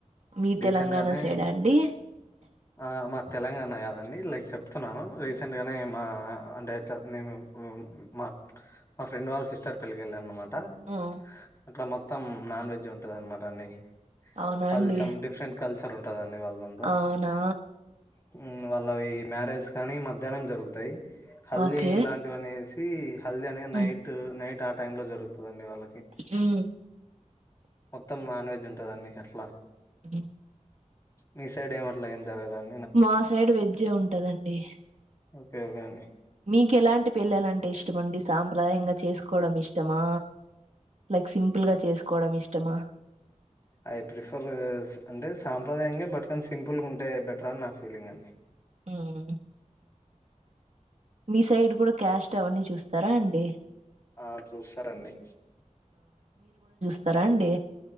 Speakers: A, on the right (about 60°); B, on the left (about 25°).
A: మీ
B: రీసెంట్
A: తెలంగాణ
B: గానే
A: సైడా అండి
B: ఆ మా తెలంగాణ కాదండి లైక్ చెప్తున్నాను రీసెంట్గానే మా అంటే నేను మా మా ఫ్రెండ్ వాళ్ళ సిస్టర్ పెళ్ళికి వెళ్ళ అన్నమాట ట
A: ఆ
B: అక్కడ మొత్తం నాన్ వెజ్ ఉంటుంద అనమాట అండి
A: అవునా
B: వాళ్ళది
A: అండి
B: సం డిఫరెంట్ కల్చర్ ఉంటదండి వాళ్ళదంతా
A: అవునా
B: హ్మ్ వాళ్ళవి మ్యారేజ్ కానీ మధ్యాహ్నం జరుగుతాయి హల్దీ
A: ఓకే
B: ఇలాంటివనేస్ హల్దీ అనే
A: హ్మ్.
B: నైట్ నైట్ ఆ టైమ్ లో జరుగుతుందండి వాళ్ళకి
A: హ్మ్.
B: మొత్తం నాన్ వెజ్ ఉంటాదడీ అట్లా
A: అ
B: మీ సైడ్ ఏం అట్లా ఏం జరగదండ
A: మా సైడ్ వెజ్జే ఉంటదండి
B: ఒకే ఒకే అండి
A: మీకెలాంటి పిల్లలంటే ఇష్టమండి సాంప్రదాయంగా చేసుకోవడం ఇష్టమా లైక్ సింపుల్గా చేసుకోవడం ఇష్టమా
B: ఐ ప్రిఫర్ అంటే సాంప్రదాయంగా బట్ కానీ సింపుల్ ఉంటే బెటర్ అని నా ఫీలింగ్ అండి
A: హ్మ మీ సైడ్ కూడా క్యాష్ట్ అవన్నీ చూస్తారా అండి
B: ఆ చూస్తారండి
A: స్తారా అండి